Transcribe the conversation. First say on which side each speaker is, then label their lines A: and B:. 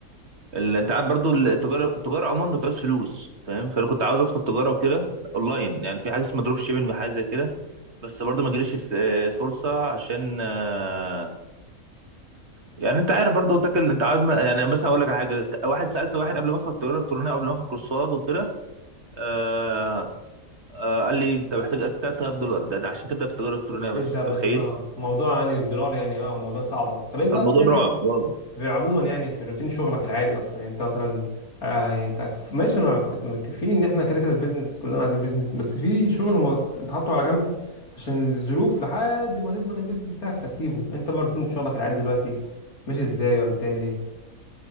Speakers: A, on the right (about 50°); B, on the left (about 85°).
A: ال- انت عارف برضه التجاره التجاره عموما بتعوز فلوس فاهم فانا كنت عاوز ادخل تجاره وكده اونلاين يعني في حاجه اسمها دروب شيبنج وحاجه زي كده بس برضه ما جاليش الف- آه، الفرصه عشان آه، يعني انت عارف برضه قلت لك انت عارف يعني مثلا اقول لك على حاجه واحد سالت واحد قبل ما ادخل التجاره الالكترونيه قبل ما اخد كورسات وكده آه آه قال لي انت محتاج 3000 دولار ده, ده عشان تبدا في التجاره الالكترونيه بس
B: ابدأ
A: انت
B: بس
A: متخيل
B: اه موضوع يعني الدولار يعني اه موضوع صعب اصلا طب انت
A: طب
B: اصلا
A: الموضوع
B: يعني
A: رعب رعب.
B: عموما يعني في روتين شغلك العادي اصلا يعني انت مثلا آه يعني انت ماشي انا كنت متفقين ان احنا كده كده البيزنس كلنا عايزين بيزنس بس في شغل هو انت حاطه على جنب عشان الظروف لحد ما تضمن البيزنس بتاعك فتسيبه انت بقى روتين شغلك العادي دلوقتي ماشي ازاي ولا بتعمل ايه؟